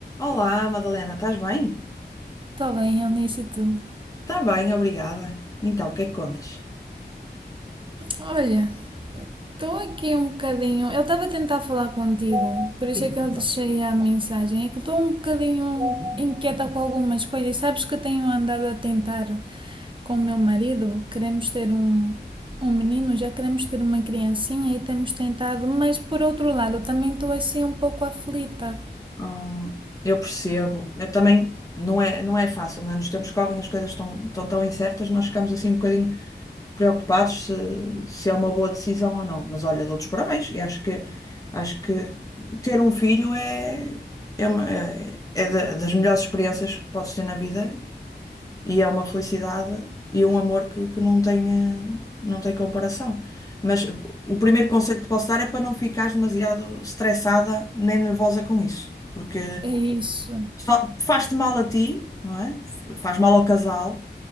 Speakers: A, on the left (about 20°); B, on the right (about 30°).
A: Olá, Madalena, estás bem?
B: Está bem, Eunice, e tu?
A: Tá bem, obrigada. Então, o que é que contas?
B: Olha, estou aqui um bocadinho. Eu estava a tentar falar contigo, por isso
A: Sim,
B: é que
A: bom.
B: eu deixei a mensagem. É que estou um bocadinho inquieta com algumas coisas. Sabes que eu tenho andado a tentar com o meu marido. Queremos ter um, um menino, já queremos ter uma criancinha e temos tentado, mas por outro lado, também estou assim um pouco aflita.
A: Hum, eu percebo. Eu também não é, não é fácil, né? Nos tempos que correm as coisas estão tão, tão incertas, nós ficamos assim um bocadinho preocupados se, se é uma boa decisão ou não. Mas olha, dou-te os parabéns. Eu acho que, acho que ter um filho é, é, uma- é- é da- das melhores experiências que podes ter na vida E é uma felicidade e um amor que, que não tem, eh, não tem comparação. Mas eh, o primeiro conselho que te posso dar é para não ficares demasiado estressada nem nervosa com isso, porque
B: É isso.
A: só faz-te mal a ti, não é? F- Faz mal ao casal.